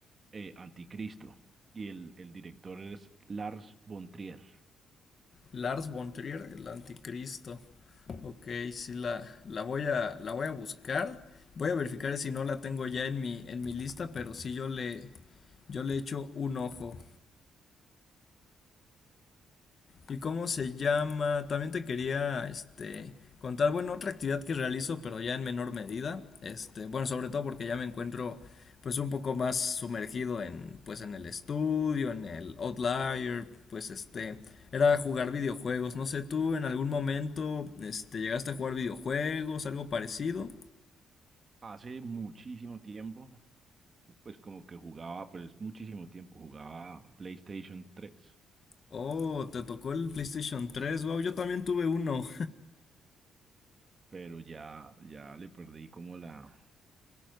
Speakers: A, on the right (about 35°); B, on the left (about 45°).
A: Eh, Anticristo. Y el, el director es Lars von Trier.
B: Lars von Trier, el anticristo. Ok, sí la, la voy a, la voy a buscar. Voy a verificar si no la tengo ya en mi, en mi lista, pero sí yo le, yo le echo un ojo. ¿Y cómo se llama? También te quería, este, contar, bueno, otra actividad que realizo, pero ya en menor medida, este, bueno, sobre todo porque ya me encuentro, pues, un poco más sumergido en, pues, en el estudio, en el Outlier, pues, este, era jugar videojuegos, no sé, ¿tú en algún momento, este, llegaste a jugar videojuegos, algo parecido?
A: Hace muchísimo tiempo, pues como que jugaba, pero es muchísimo tiempo, jugaba PlayStation tres,
B: Oh, te tocó el PlayStation 3. wow, yo también tuve uno.
A: pero ya, ya le perdí como la,